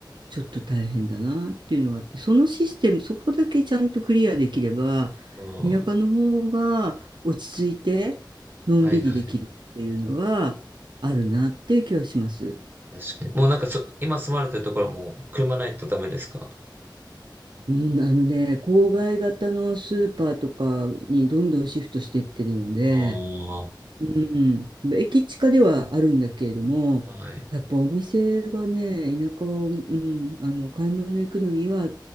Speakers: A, on the right; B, on the right.
A: ちょっと大変だなっていうのがあってそのシステムそこだけちゃんとクリアできれば
B: うん。
A: 田舎の方が落ち着いてのんびりできるっていうのはあるなっていう気はします。
B: はいはい。確かに。もうなんかそ、今住まれてるところはもう車ないとダメですか
A: うん、あのね郊外型のスーパーとかにどんどんシフトしてってるので
B: ああ
A: うん、駅近ではあるんだけれども、
B: ー、はい。
A: やっぱお店がね、田舎は、うん、あの、買い物行くのには、